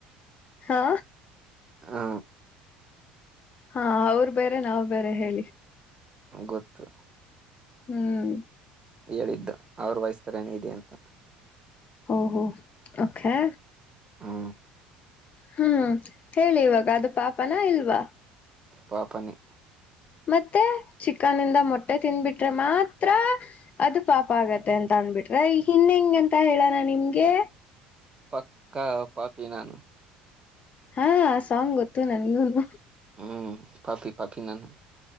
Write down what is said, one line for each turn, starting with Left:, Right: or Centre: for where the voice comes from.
Left: ಹಾ.
Right: ಹಾ.
Left: ಹಾ ಅವ್ರ ಬೇರೆ ನಾವ್ ಬೇರೆ ಹೇಳಿ.
Right: ಗೊತ್ತು.
Left: ಹ್ಮ್.
Right: ಹೇಳಿದ್ದು ಅವರ ವಾಯ್ಸ್ ತರಾನೇ ಇದೆ ಅಂತ.
Left: ಓಹ್ ಒಹೋ ಓಕೇ.
Right: ಹಾ.
Left: ಹ್ಮ್ ಹೇಳಿ ಇವಾಗ ಅದು ಪಾಪನಾ ಇಲ್ವಾ.
Right: ಪಾಪಾನೆ.
Left: ಮತ್ತೆ ಚಿಕನ ನಿಂದ ಮೊಟ್ಟೆ ತಿನ್ಬಿಟ್ರೆ ಮಾತ್ರ ಅದು ಪಾಪ ಆಗತ್ತೆ ಅಂತ. ತಂದ್ಬಿಟ್ರ ಹನ್ ಹೆಂಗೆಂತ ಹೇಳೋಣ ನಿಮ್ಗೆ.
Right: ಪಕ್ಕಾ ಪಾಪಿ ನಾನು.
Left: ಹಾ ಆ ಸಾಂಗ್ ಗೊತ್ತು ನನ್ಗೂನು.
Right: ಹ್ಮ್ ಕಾಫಿ ಕಾಫಿ ನಾನು.